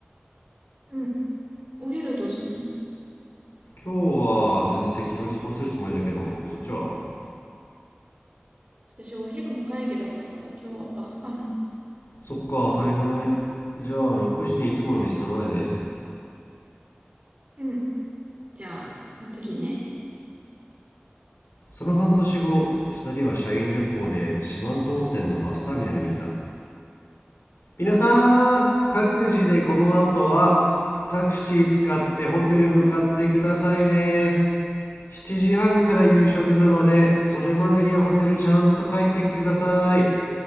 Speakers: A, on the right; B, on the left.
A: うん。お昼どうすんの
B: 今日は全然適当に済ませるつもりだけど、そっちは
A: 私お昼も会議だから、今日はパスかな。
B: そっか、大変だね。じゃあ6時にいつもの店の前で、
A: うん。じゃあ、その時ね。
B: その半年後、2人は社員旅行で四万十温泉のバスターミナルにいた。皆さん各自でこの後はタクシー使ってホテル向かってくださいね7時半から夕食なのでそれまでにホテルちゃんと帰ってきてください